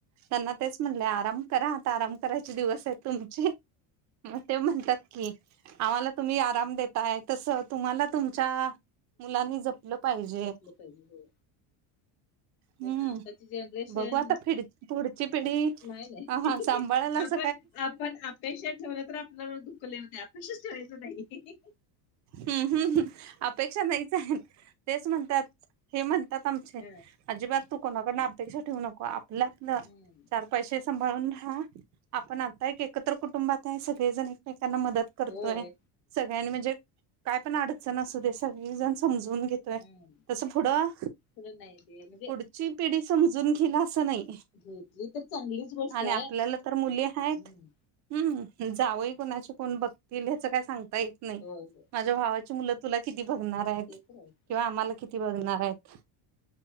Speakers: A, on the right; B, on the left.
A: त्यांना तेच म्हणले करा आता आराम करायचे दिवस आहे तुमचे मग ते म्हणतात की आम्हाला तुम्ही आराम देताय तस तुम्हाला तुमच्या मुलांनी जपलं पाहिजे
B: जपलं पाहिजे हो
A: हम्म
B: पण आताची जनरेशन
A: बघू आता फ पुढची पिढी
B: नाही नाही
A: हा सांभाळायला अस
B: आपण आपण अपेक्षा ठेवलं तर आपल्याला दुःखव नाही अपेक्षच ठेवायच नाही
A: हम्म हम्म ह अपेक्षा नाहीच आहेत तेच म्हणतात हे म्हणतात आमचे
B: ह
A: अजिबात तू कोणाकडे ना्याक्ष ठेव नक आप लागलं
B: हम्म
A: चार पैसे सांभाळून राहा आपण आता एक एकत्र कुटुंबात आहे सगळेजण एकमेकांना मदत करतोय
B: होय
A: सगळ्यांनी म्हणजे काय पण अड चन असूदे सगळीजण समजून घेतोय
B: हम्
A: तस पुढं
B: थोडं नाही ते म्हणजे
A: पुढची पिढी समजून घिल आस नाही
B: घेतली तर चांगलीच गोष्ट
A: आणि
B: आहे
A: आपल्याला तर मुली हायत
B: हम्म
A: हम्म. जावई कोणाचे कोण बघतील हेच काही सांगता येत नाही
B: हो हो
A: माझ्या भावा मुलं तुला किती बघणार हायत
B: ते तर आहे
A: किंवा आम्हाला किती बघणार हायत.